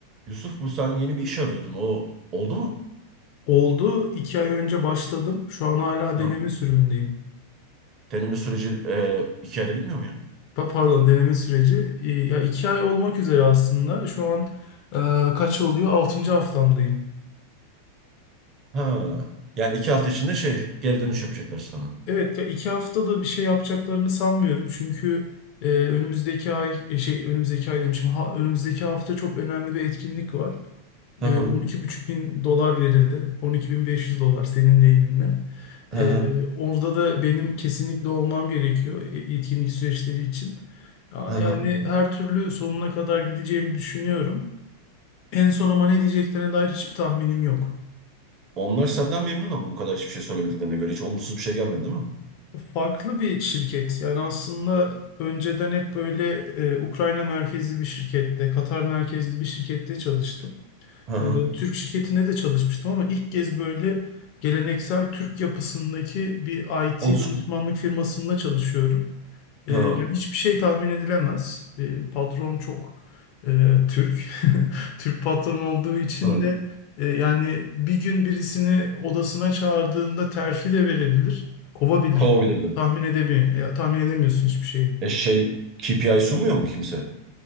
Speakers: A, on the right; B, on the left.
A: Yusuf bu sen yeni bir iş arıyordun. O oldu mu?
B: Oldu. İki ay önce başladım. Şu an hala
A: Tamam.
B: deneme sürümündeyim.
A: Deneme süreci e, iki ayda bitmiyor mu ya?
B: Pa- Pardon, deneme süreci. Ee, Ya iki ay olmak üzere aslında. Şu an e, kaç oluyor? Altıncı haftamdayım.
A: Ha. Yani iki hafta içinde şey geri dönüş yapacaklar sana.
B: Evet, ya iki haftada bir şey yapacaklarını sanmıyorum. Çünkü e, önümüzdeki ay, e, şey önümüzdeki ay demişim. Ha, önümüzdeki hafta çok önemli bir etkinlik var.
A: Hı
B: E,
A: hı.
B: on iki buçuk bin dolar verildi. 12.500 dolar senin deyiminle. E,
A: Hı hı.
B: orada da benim kesinlikle olmam gerekiyor e- etkinlik süreçleri için. Ya-
A: Hı hı.
B: Yani her türlü sonuna kadar gideceğimi düşünüyorum. En son ama ne diyeceklerine dair hiçbir tahminim yok.
A: Onlar senden memnun ama bu kadar hiçbir şey söylemediklerine göre hiç olumsuz bir şey gelmedi değil mi?
B: Farklı bir şirket. Yani aslında önceden hep böyle e, Ukrayna merkezli bir şirkette, Katar merkezli bir şirkette çalıştım.
A: Hı hı.
B: e, Türk şirketinde de çalışmıştım ama ilk kez böyle geleneksel Türk yapısındaki bir IT
A: Old school.
B: danışmanlık firmasında çalışıyorum. E,
A: Hı
B: yani hiçbir şey tahmin edilemez. E, patron çok e, Türk. <laughs> Türk patron olduğu için
A: hı.
B: de e, yani bir gün birisini odasına çağırdığında terfi de verebilir, kovabilir.
A: Kovabilirdi.
B: Tahmin edemiyor, ya, tahmin edemiyorsun hiçbir şeyi.
A: E şey KPI sunmuyor mu kimse?